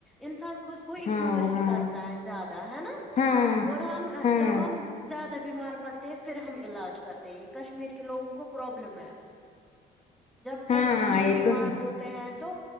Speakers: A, in the centre; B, on the left.
A: انسان خود کو اگنور
B: ہاں
A: ہی
B: ہاں
A: کرتا ہے زیادہ ہے نا
B: ہاں
A: اور ہم
B: ہاں
A: جب ہم زیادہ بیمار پڑتے ہیں پھر ہم علاج کرتے یہ کشمیر کے لوگوں کو پرابلم ہے جب
B: ہاں
A: ایکسٹریم
B: یہ
A: بیمار
B: تو ہے
A: ہوتے ہیں تو